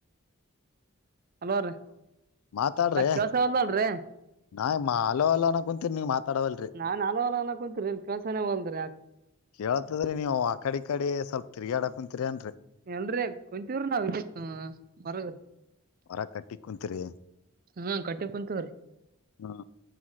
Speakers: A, on the right; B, on the left.
A: ಹಲೋರಿ
B: ಮಾತಾಡ್ರಿ
A: ಕೆಲಸವಲ್ಲತೀರಿ
B: ನಾ ಮಾ ಅಲೋ ಅಲ ಅನ ಕುಂತೀನಿ ನೀ ಮಾತಾಡವಲ್ರರಿ
A: ನಾನ್ ಹಲೋರ ಅನ್ನ ಕುಂತ್ರಿ ಕೆಲ್ಸನೇ ಹೊಲ್ದ್ರಿ ಯಾಕ
B: ಕೇಳತದ್ರಿ ನೀವು ಆ ಕಡೆ ಕಡೆ ಸ್ವಲ್ಪ ತಿರ್ಗಾಡಾಕಂತೀರಿ ಅನ್ರಿ
A: ಎಲ್ರಿ ಕುಂತೀವ್ರ ನಾವ ಇಕ್ ವರಗ
B: ಹೊರ ಕಟ್ಟಿ ಕುಂತೀರಿ
A: ಹಾ ಕಟ್ಟಿ ಕುಂತವ್ರೀ
B: ಹಾ